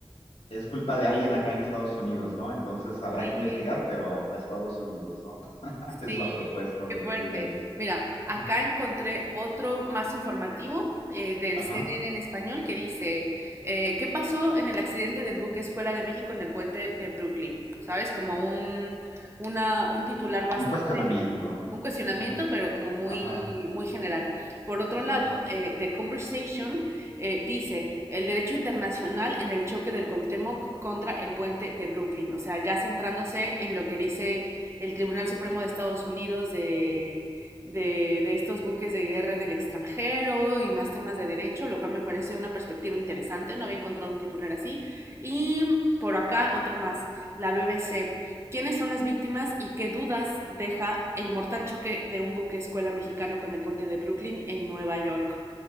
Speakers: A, on the left; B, on the right.
A: es culpa de alguien acá en Estados Unidos, ¿no? Entonces habrá
B: Sí.
A: que investigar, pero a Estados Unidos, ¿no? <laughs>
B: Sí,
A: Es la propuesta
B: qué
A: de este
B: fuerte.
A: diario.
B: Mira, acá
A: <laughs>
B: encontré otro más informativo eh, del
A: Ajá.
B: CNN en español que dice, eh, ¿qué pasó en el accidente del buque Escuela de México en el puente de Brooklyn? ¿Sabes? Como un, una, un titular bastante,
A: Un cuestionamiento.
B: un cuestionamiento,
A: Ujú.
B: pero como muy,
A: Ajá,
B: muy general. Por otro
A: exacto.
B: lado, eh, The Conversation eh, dice, el derecho internacional en el choque del Cuauhtémoc contra el puente de Brooklyn. O sea, ya centrándose en lo que dice el Tribunal Supremo de Estados Unidos de, de, de, estos buques de guerra en el extranjero y más temas de derecho, lo cual me parece una perspectiva interesante. No había encontrado un titular así. Y por acá otro más, la BBC. ¿Quiénes son las víctimas y qué dudas deja el mortal choque de un buque escuela mexicano con el puente de Brooklyn en Nueva York?